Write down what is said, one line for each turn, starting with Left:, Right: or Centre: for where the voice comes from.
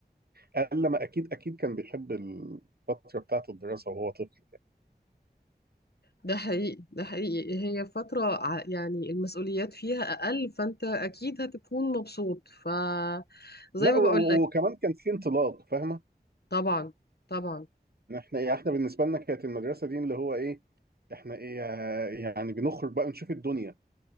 Right: قال لما اكيد اكيد كان بيحب الفتره بتاعت الدراسه وهو طفل
Left: ده حقيقي ده حقيقي هي فترة ع- يعني المسؤوليات فيها اقل فانت اكيد هتكون مبسوط فزي
Right: لا
Left: ما
Right: و-
Left: بقول
Right: و-
Left: لك
Right: وكمان كان في انطلاق فاهمه
Left: طبعا طبعا
Right: احنا ايه احنا بالنسبه لنا كانت المدرسه دي اللي هو ايه احنا ايه آه، يعني بنخرج بقى نشوف الدنيا